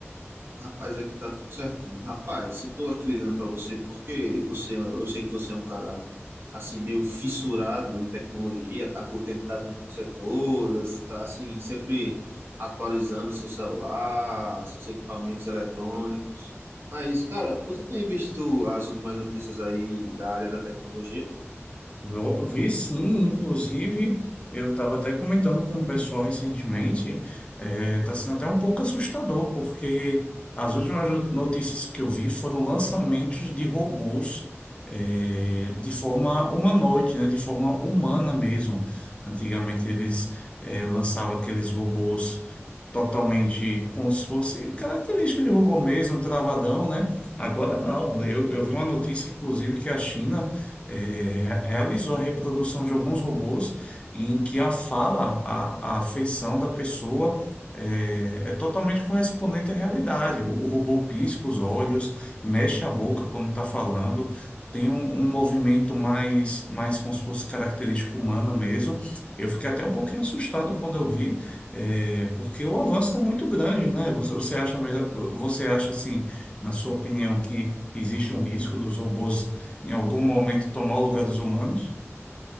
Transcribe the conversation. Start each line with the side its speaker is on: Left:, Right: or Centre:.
Right: Rapaz, aqui tá tudo certinho. Rapaz, eu tô aqui ligando pra você porque você, é um, eu sei que você é um cara assim meio fissurado em tecnologia, tá por dentro das notícias todas, tá assim sempre atualizando seu celular, seus equipamentos eletrônicos. Mas, cara, você tem visto as últimas notícias aí da área da tecnologia?
Left: Eu vi sim, inclusive, eu estava até comentando com o pessoal recentemente, é, tá sendo até um pouco assustador, porque as últimas no- notícias que eu vi foram lançamentos de robôs, é, de forma humanoide, né? De forma humana mesmo. Antigamente eles, é, lançavam aqueles robôs. totalmente como se fosse característica de robô mesmo, travadão, né? Agora não. Eu, eu vi uma notícia, inclusive, que a China eh, realizou a reprodução de alguns robôs em que a fala, a, a feição da pessoa eh, é, totalmente correspondente à realidade. O, o robô pisca os olhos, mexe a boca quando está falando. Tem um, um movimento mais, mais como se fosse característica humana mesmo. Eu fiquei até um pouquinho assustado quando eu vi, é, porque o avanço está muito grande, né? Você, você acha, melhor- você acha assim, na sua opinião, que existe um risco dos robôs em algum momento tomar o lugar dos humanos?